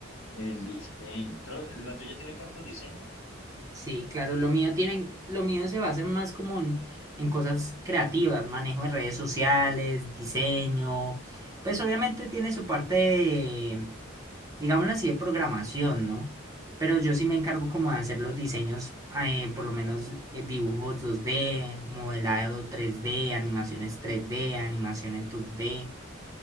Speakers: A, on the left; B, on the right.
A: el diseño. Creo que la tuya tiene que ver con diseño.
B: Sí, claro, lo mío tiene, lo mío se basa más como en, en cosas creativas, manejo de redes sociales, diseño. Pues obviamente tiene su parte digámoslo así, de programación, ¿no? Pero yo sí me encargo como de hacer los diseños, eh, por lo menos eh, dibujos dos d modelado tres d animaciones tres d animaciones dos d